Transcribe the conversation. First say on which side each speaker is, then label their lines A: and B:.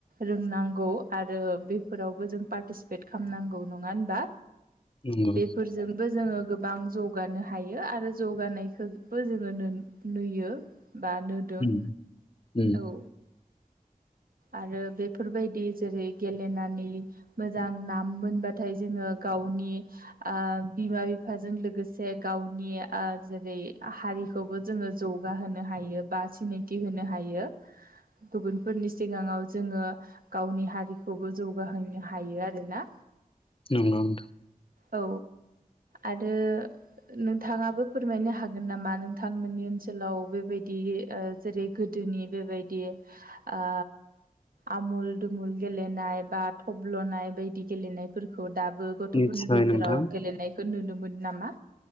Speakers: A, on the right; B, on the left.
A: रोंनांगौ आरो बेफोराव जों पारतिसिपेत खामनांगौ नङा ओनबा
B: नंगौ
A: बेफोरजोंबो जोङो गोबां जौगानो हायो आरो जौगानायखो बो जोङो नों नुयो । बा नोदों
B: उम उम
A: औ आरो बेफोरबायदि जेरै गेलेनानै मोजां नाम मोनबाथाय जोङो गावनि ओ बिमा-बिफाजों लोगोसे गावनि ओ जेरै हारि खौबो जोङो जौगा होनो हायो बा सिनायथि होनो हायो गुबुनफोरनि सिगाङाव जोङो गावनि हारिखौबो जौगाहोनो हायो आरोना
B: नंगौ नोंथां
A: औ आरो नोंथाङाबो फोरमायनो हागोन नामा नोंथांमोननि ओनसोलाव बेबायदि ओ जेरै गोदो जोंनि बेबायदि ओ आमुल दुमुल गेलेनाय बा थब्ल'नाय बायदि गेलेनायफोरखौ दा बो गथ'फोरनि
B: मिथिबाय
A: गेजेराव
B: नोंथां
A: गेलेनायखौ नुनो मोनो नामा?